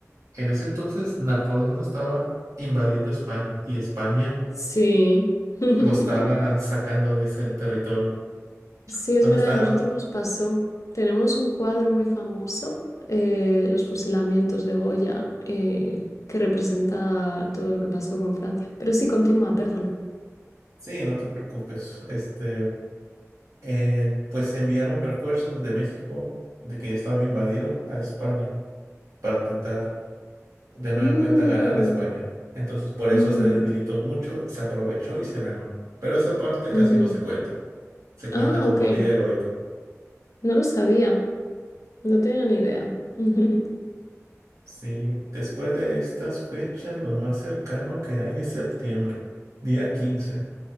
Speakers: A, on the right; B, on the left.
A: en ese entonces Napoleón estaba invadiendo España y España
B: Sí. <laughs>
A: lo estaba sacando de ese territorio.
B: Sí,
A: Entonces
B: es verdad,
A: estaba,
B: a nosotros nos pasó. Tenemos un cuadro muy famoso, eh, Los fusilamientos de Goya, eh, que representa todo lo que pasó con Francia. Pero sí, continúa, perdona.
A: sí, no te preocupes, este, eh, pues enviaron refuerzos de México, de que ya estaba invadido, a España para intentar de nueva
B: Mm,
A: cuenta ganar España. Entonces por eso
B: ujú,
A: se debilitó mucho, se aprovechó y se ganó. Pero esa parte
B: ujú.
A: casi no se cuenta. Se cuenta
B: Ah,
A: como
B: ok.
A: un día heroico.
B: No lo sabía. No tenía ni idea. <laughs>
A: Sí, después de estas fechas lo más cercano que hay es septiembre, día 15